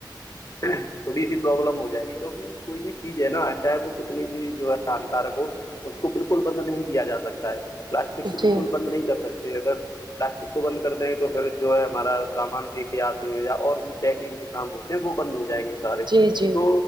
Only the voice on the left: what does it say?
تھوڑی سی پرابلم ہو جائے گی کیونکہ کوئی بھی چیز ہے نا چاہے وہ کتنی بھی جو ہے ہانیکارک ہو اس کو بالکل بند نہیں کیا جا سکتا پلاسٹک
کو بالکل بند نہیں کر سکتے اگر پلاسٹک کو بند کر دیں تو پھر جو ہے ہمارا سامان لے کے آتے ہیں یا اور بھی چیکنگ کے کام ہوتے ہیں وہ بند ہو جائیں گے سارے
تو